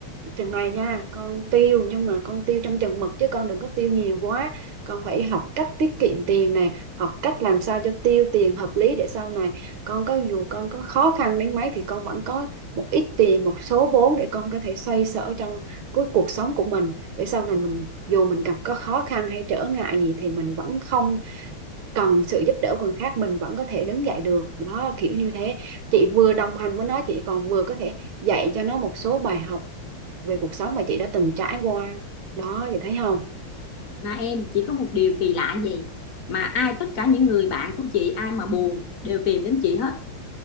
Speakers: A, on the right; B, on the left.
A: chừng này nha con tiêu nhưng mà con tiêu trong chừng mực chứ con đừng có tiêu nhiều quá con phải học cách tiết kiệm tiền nè học cách làm sao cho tiêu tiền hợp lý để sau này con có dù con có khó khăn đến mấy thì con vẫn có một ít tiền một số vốn để con có thể xoay sở trong của cuộc sống của mình để sau này mình dù mình gặp có khó khăn hay trở ngại gì thì mình vẫn không cần sự giúp đỡ của người khác mình vẫn có thể đứng dậy được đó kiểu như thế chị vừa đồng hành với nó chị còn vừa có thể dạy cho nó một số bài học về cuộc sống mà chị đã từng trải qua đó chị thấy không
B: Mà em chỉ có một điều kỳ lạ gì mà ai tất cả những người bạn của chị ai mà buồn đều tìm đến chị hết.